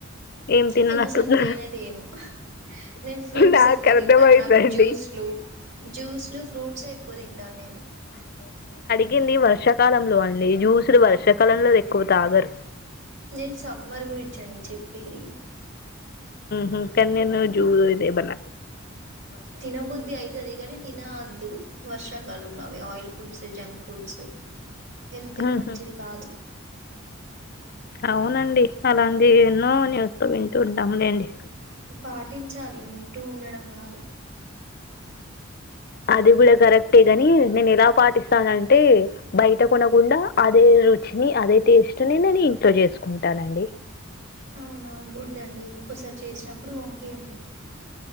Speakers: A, on the left; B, on the right.
A: ఏం తిననట్టున్నారు?
B: మేమ్ అసలు తేనేదేము నేను ఫ్రూట్స్
A: నాకర్థమైందండి.
B: ఎక్కువ తింటాను నాకు జ్యూస్లు జ్యూస్లు ఫ్రూట్స్ ఎక్కువ తింటాను నేను
A: తరిగింది వర్షాకాలంలో అండి జ్యూసులు వర్షాకాలంలో ఎక్కువ తాగరు
B: నేను సమ్మర్ గురించండి చెప్పేది
A: హ కానీ నేను జూ ఇద మన
B: తిన బుద్ధి అయితది గాని తిన అద్దు వర్షాకాలం లొ అవి oil food foods junk foods health
A: హుహు.
B: కి మంచిది కాదు
A: అవునండి అలాంటి ఎన్నో న్యూస్ లు వింటూ ఉంటాములేండి
B: పాటించాలి వింటూ ఉండడం కాదు
A: అది కూడా కరెక్టే గాని నేను ఎలా పాటిస్తానంటే బయట కొనకుండా అదే అదే రుచిని అదే టేస్ట్ ని నేను ఇంట్లో చేసుకుంటానండి
B: అవునా గుడ్ అండి ఇంకోసారి చేసినప్పుడు పంపీయండి